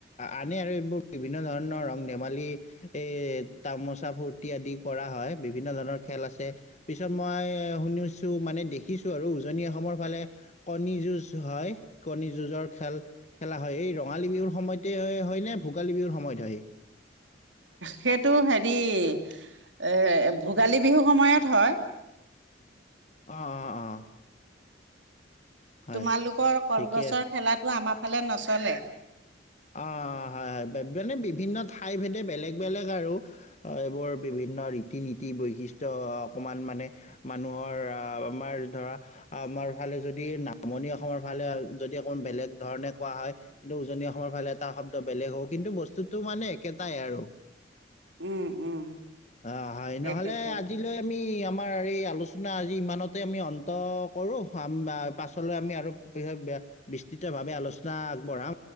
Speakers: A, on the left; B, on the right.
A: আনে আৰু এইবোৰ বিভিন্ন ধৰণৰ ৰং ধেমালি। এৰ তামোচা ফূুৰ্তি আদি কৰা হয় বিভিন্ন ধৰণৰ খেল আছে পিছত মই এ শুনিছো মানে দেখিছো আৰু উজনি অসমৰ ফালে কণী যুঁজ হয় কণী যুঁজৰ খেল খেলা হয় এই ৰঙালী বিহুৰ সময়তে হয় নে ভোগালী বিহুৰ সময়ত হয়।
B: সেইটো হেৰি এ ভোগালী বিহুৰ সময়ত হয়।
A: অ' অ' অ'। হয়
B: তোমালোকৰ কলগছৰ
A: ঠিকে আছে
B: খেলাটো আমাৰ আমাৰ ফালে নচলে
A: অ হয় হয় মানে বিভিন্ন ঠাই ভেদে বেলেগ বেলেগ আৰু এইবোৰ বিভিন্ন ৰীতি নীতি বৈশিষ্টয় অকমান মানে মানুহৰ আহ আমাৰ ধৰা আমাৰ ফালে যদি নামনি অসমৰ ফালে যদি অকমান বেলেগ ধৰণে কোৱা হয় কিন্ত উজনি অসম। অসমৰ ফালে এটা শব্দ বেলেগ হ' কিন্তু বস্তুতটো মানে একেটাই আৰু
B: উম উম
A: অ' হয় নহলে
B: একেটা
A: আজিলৈ আমি আমাৰ এই আলোচনা আজি ইমানত। আমি অন্ত কৰো পাছলৈ আমি আৰু বিস্তৃতভাৱে আলোচনা আগবঢ়াম।